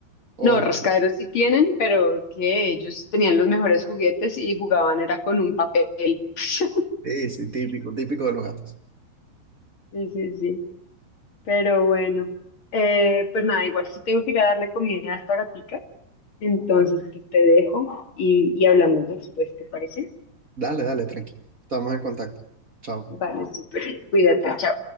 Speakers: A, on the right (about 50°); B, on the left (about 35°).
A: O
B: No,
A: no.
B: rascaderos sí tienen, pero que ellos tenían los mejores juguetes y jugaban era con un papel. <laughs>
A: Sí, sí, típico, típico de los gatos.
B: Sí, sí, sí. Pero bueno, eh, pues nada, igual sí tengo que ir a darle comida a esta gatica. Entonces, pues te dejo y, y hablamos después, ¿te parece?
A: Dale, dale, tranqui. Estamos en contacto. Chao.
B: Vale, súper. Cuídate, chao.